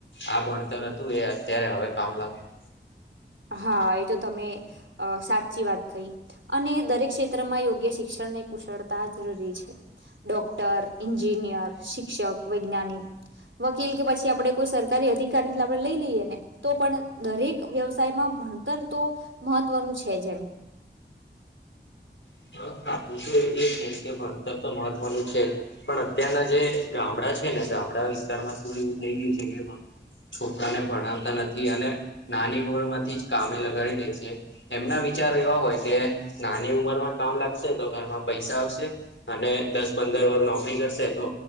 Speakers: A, on the left; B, on the right.
A: આ ભણતર હતું, એ અત્યારે હવે કામ લાગ્યું.
B: હા એ તો તમે અહ સાચી વાત કહી. અને દરેક ક્ષેત્રમાં યોગ્ય શિક્ષણને કુશળતા જરૂરી છે. ડોક્ટર, એન્જિનિયર, શિક્ષક, વૈજ્ઞાનિક વકીલ કે પછી આપણે કોઈ સરકારી અધિકારી <unintelligible> લઈ લઈએ ને, તો પણ દરેક વ્યવસ સાયમાં ભણતર તો મહત્વનું છે જ એમ.
A: <inaudible> કે ભણતર તો મહત્વનું છે જ. પણ અત્યારના જે ગામડા છે ને, ગામડા વિસ્તારમાં શું એવું થઈ ગયું છે કે <unintelligible> છોકરાવને ભણાવતા નથી. અને નાની ઉંમર માંથી જ કામે લગાડી દે છે. એમના વિચાર એવા હોય કે નાની ઉંમરમાં કામ લાગશે તો ઘરમાં પૈસા આવશે અને દસ પંદર વર નોકરી કરશે તો